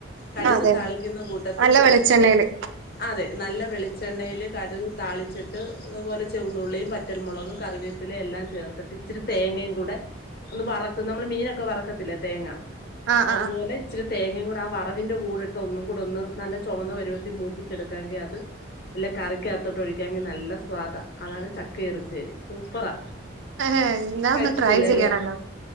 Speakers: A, on the left; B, on the right.
A: കടുക്
B: അതെ
A: താളിക്കുന്ന കൂട്ടത്തി
B: നല്ല
A: കൊറച്ച്
B: വെളിച്ചെണ്ണയില്
A: തേ അതെ നല്ല വെളിച്ചെണ്ണയിൽ കടു താളിച്ചിട്ട് അതുപോലെ ചെവന്നുള്ളിയും വറ്റൽമുളകും കറിവേ പ്പില് എല്ലാം ചേർത്തട്ട് ഇച്ചിരി തേങ്ങയും കൂടെ ഒന്ന് വറക്കും നമ്മള് മീനൊക്കെ വറക്കത്തില്ലെ തേങ്ങ
B: ആഹ്
A: അതുപോലെ
B: ആഹ്
A: ഇച്ച തേങ്ങയും കൂടെ ആ വറവിന്റെ കൂടിട്ട് ഒന്നും കൂടെ ഒന്ന് നല്ല ചൊമന്ന പരുവത്തി മൂപ്പിച്ചെടുക്കാങ്കി അത് ഇല്ല കറിക്കാത്തോട്ട് ഒഴിക്കാങ്കി നല്ല സ്വാദാ അതാണ് ചക്കയെറുശ്ശേരി സൂപ്പറാ
B: എന്നാ
A: കഴിച്ചിട്ടില്ല
B: ഒന്ന് ട്രൈ ചെയ്യണല്ലോ
A: അല്ലേ